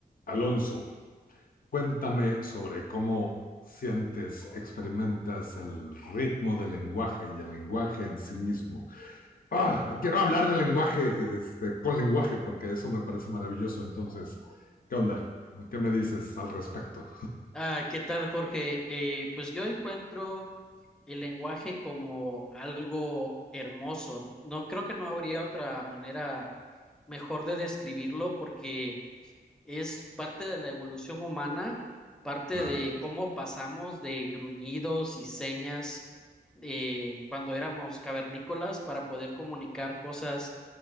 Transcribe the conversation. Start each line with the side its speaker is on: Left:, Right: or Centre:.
Left: Alonso, cuéntame sobre cómo sientes, experimentas el ritmo del lenguaje y el lenguaje en sí mismo. Ah, quiero hablar del lenguaje, este, con lenguaje, porque eso me parece maravilloso. Entonces, ¿qué onda? ¿Qué me dices al respecto?
Centre: Ah, ¿qué tal, Jorge? Eh, pues yo encuentro el lenguaje como algo hermoso. No creo que no habría otra manera mejor de describirlo porque es parte de la evolución humana, parte
Left: Claro,
Centre: de cómo pasamos de gruñidos y señas eh, cuando éramos cavernícolas para poder comunicar cosas